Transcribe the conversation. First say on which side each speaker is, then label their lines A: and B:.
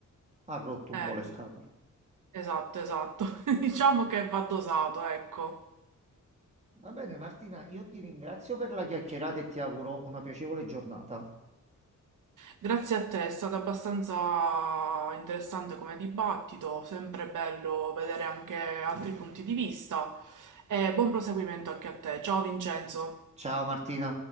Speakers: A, on the right; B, on the right.
A: ha rotto
B: Eh,
A: un po' le scatole.
B: esatto, esatto, <laughs> diciamo che va dosato, ecco.
A: Va bene, Martina, io ti ringrazio per la chiacchierata e ti auguro una piacevole giornata.
B: Grazie a te, è stato abbastanza interessante come dibattito, sempre bello vedere anche altri punti di vista e buon proseguimento anche a te. Ciao Vincenzo.
A: Ciao Martina.